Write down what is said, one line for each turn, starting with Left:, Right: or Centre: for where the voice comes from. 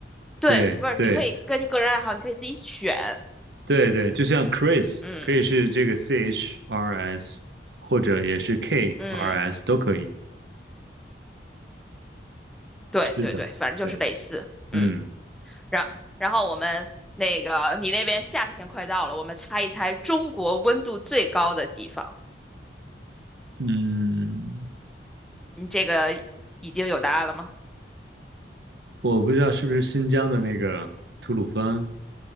Centre: 对，
Right: 对对
Centre: 不是，你可以根据个人爱好，你可以自己选。
Right: 对对，就像 Chris
Centre: 嗯
Right: 可以是这个 C H R S，或者也是 K
Centre: 嗯，
Right: R S 都可以。
Centre: 对对对，
Right: 是的，
Centre: 反正就是类似。
Right: 对，
Centre: 嗯，
Right: 嗯
Centre: 然然后我们那个你那边夏天快到了，我们猜一猜中国温度最高的地方。
Right: 嗯，
Centre: 你这个已经有答案了吗？
Right: 我不知道是不是新疆的那个吐鲁番，